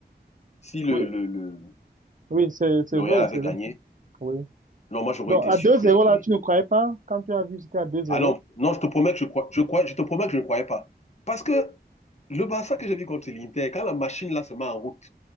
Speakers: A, on the left; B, on the right.
A: si le,
B: Oui,
A: le, le,
B: oui, c'est, c'est
A: le
B: vrai,
A: Real avait
B: c'est
A: gagné,
B: vrai. Oui.
A: non, moi, j'aurais
B: Donc,
A: été
B: à
A: surpris,
B: deux zéro là,
A: oui.
B: tu ne croyais pas? Quand tu as vu, c'était à deux zéro.
A: Ah non, non, je te promets que je crois, je crois, je te promets que je ne croyais pas. Parce que le Barça que j'ai vu contre l'Inter, quand la machine là se met en route,